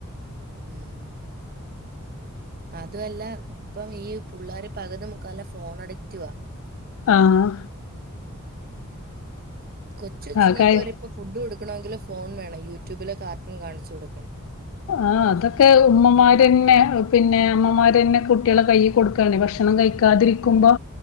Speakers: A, on the right; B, on the left.
A: ഉം അതുമല്ല ഇപ്പം ഈ പിള്ളോര് പകുതി മുക്കാലും ഫോൺ അടക്റ്റുവ
B: ആഹ്
A: ഉം കൊച്ചുച്ചിങ്ങക്ക്
B: ആ കായി
A: വരെ പ്പൊ ഫുഡ് കൊടു ക്കണമെങ്കിൽ ഫോൺ വേണം യൂട്യൂബില് കാർട്ടൂൺ കാണിച്ചു കൊടുക്കണം
B: ആ
A: എന്നിട്ടേ
B: അതൊക്കെ
A: ഫുഡ് കൊടുക്കു
B: ഉമ്മമാരന്നെ
A: ഒക്കൂ.
B: പിന്നെ അമ്മമാരന്നെ കുട്ടികളെ ക കൊടുക്കാണ് ഭക്ഷണം കഴിക്കാതിരിക്കുമ്പോ